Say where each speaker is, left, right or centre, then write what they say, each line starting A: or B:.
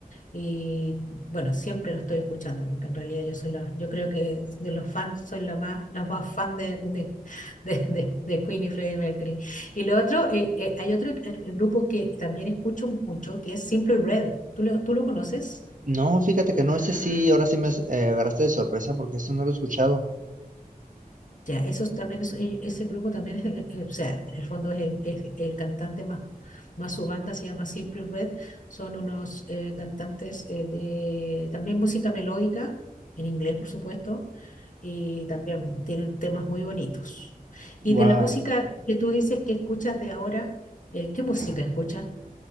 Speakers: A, on the left; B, on the right.
A: y bueno, siempre lo estoy escuchando, porque en realidad yo soy la, yo creo que de los fans soy la más, la más fan de, de, de- de- de Queen y Freddie Mercury. Y lo otro, eh, eh, hay otro eh, grupo que también escucho mucho, que es Simply Red. ¿Tú lo, tú lo conoces?
B: No, fíjate que no, ese sí, ahora sí me eh, agarraste de sorpresa porque esto no lo he escuchado.
A: Ya, esos también es- e- ese grupo también es, eh, eh, o sea, en el fondo es, el es el cantante más, más su banda se llama Simple Red, son unos eh, cantantes eh, de también música melódica, en inglés por supuesto, y también tienen temas muy bonitos.
B: Wow.
A: Y de la música que tú dices que escuchas de ahora, eh, ¿qué música escuchas?